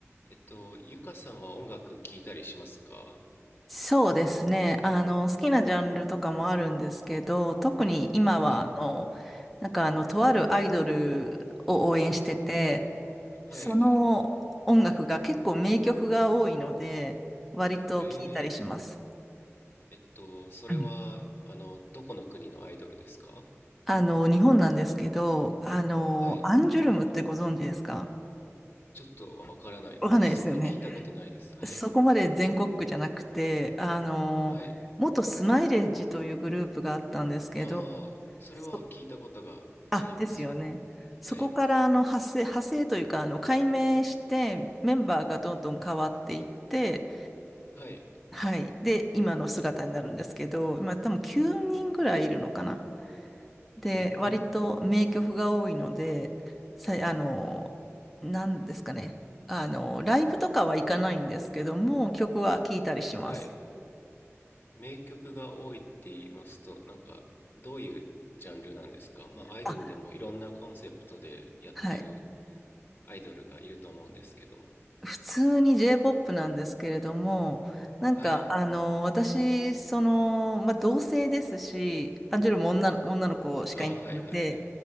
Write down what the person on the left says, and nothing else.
えっと、ゆかさんは音楽聴いたりしますか
はい。
はいはい。
えー、えっと、それは、
あの、どこの国のアイドルですか
はい。
ちょっとわからないですね。
聞いたことないです。はい。
はい。
ああ、それは聞いたことがあります。
はい。
はい。
うーん。
はい。名曲が多いって言いますと、なんか、どういうジャンルなんですかまあ、アイドルでもいろんなコンセプトでやってる
アイドルがいると思うんですけど。
はい。
ああ、はいはい。